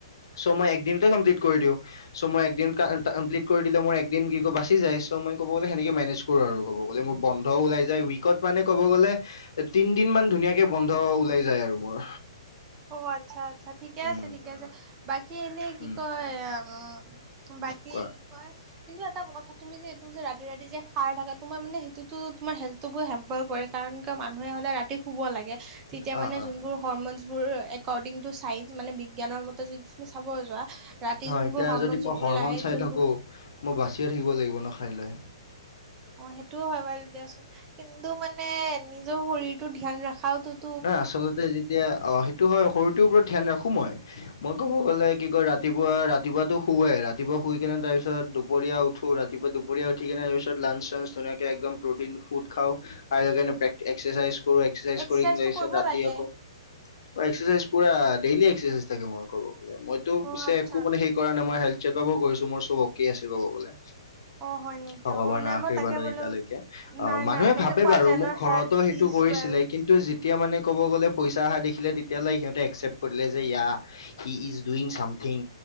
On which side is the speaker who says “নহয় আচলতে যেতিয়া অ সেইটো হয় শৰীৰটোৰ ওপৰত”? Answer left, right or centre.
Left